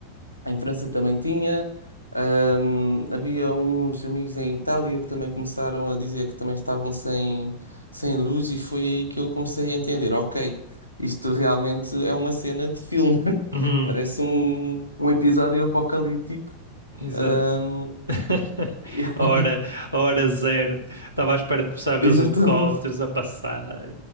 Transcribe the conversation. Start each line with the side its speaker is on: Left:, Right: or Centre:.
Left: em França também tinha. Ahm, havia uns amigos em Itália que também começaram a dizer que também estavam sem, sem luz, e foi aí que eu comecei a entender: ok, isto realmente é uma cena de filme, <laughs>
Right: Uhum.
Left: parece um, um episódio apocalíptico.
Right: Exato.
Left: Ahm,
Right: <laughs>
Left: <laughs>
Right: A hora, a hora zero. Estava à espera de começar a ver
Left: exatamente,
Right: os helicópteros a passar.